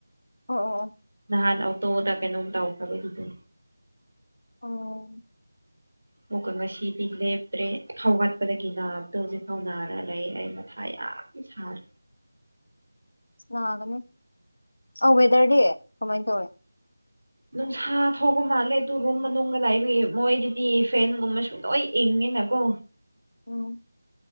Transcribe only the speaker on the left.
ꯑꯣ ꯑꯣ
ꯑꯣ
ꯅꯥꯒꯅꯤ ꯑꯧ ꯋꯦꯗꯔꯗꯤ ꯀꯃꯥꯏꯅ ꯇꯧꯋꯤ
ꯎꯝ